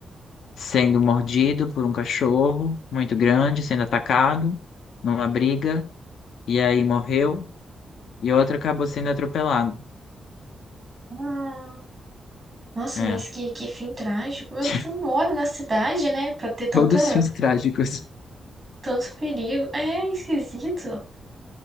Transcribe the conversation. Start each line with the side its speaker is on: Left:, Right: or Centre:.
Left: sendo mordido por um cachorro muito grande, sendo atacado numa briga e aí morreu, e outro acabou sendo atropelado.
Right: Ah, Nossa,
Left: É,
Right: mas que, que fim trágico. Mas
Left: <laughs>
Right: você não mora na cidade, né? Pra ter tanta,
Left: todos fins trágicos.
Right: tanto perigo. É esquisito.